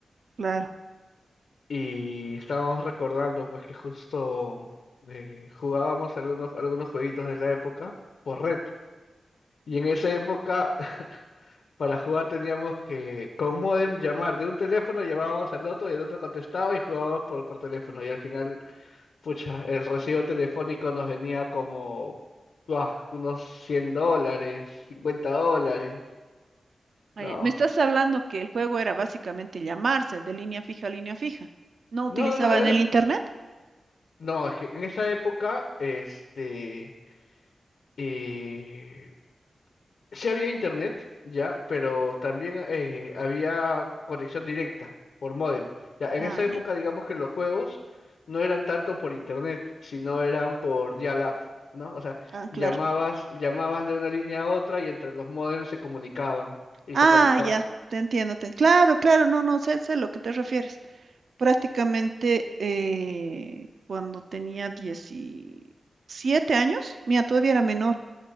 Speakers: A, on the right; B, on the left.
A: Claro.
B: Y estábamos recordando pues que justo eh, jugábamos algunos, algunos jueguitos de la época por red. Y en esa época, <laughs> para jugar teníamos que con modem llamar de un teléfono, llamábamos al otro y el otro contestaba y jugábamos por, por teléfono. Y al final, pucha, el recibo telefónico nos venía como ah, unos 100 dólares, 50 dólares.
A: Vaya,
B: No,
A: me estás hablando que el juego era básicamente llamarse de línea fija a línea fija. ¿No utilizaban
B: no, no, no, era...
A: el internet?
B: No, es que en esa época, este... eh, Sí había internet, ya, pero también eh, había conexión directa por módem. Ya, en
A: Ah,
B: esa
A: ya.
B: época, digamos que los juegos no eran tanto por internet, sino eran por dial-up, ¿no? O sea,
A: Ah, claro.
B: llamabas, llamabas de una línea a otra y entre los módems se comunicaban y
A: Ah,
B: se conectaban.
A: ya. Te entiendo. te- Claro, claro. No, no, sé, sé a lo que te refieres. Prácticamente eh, cuando tenía 17 años, mira, todavía era menor.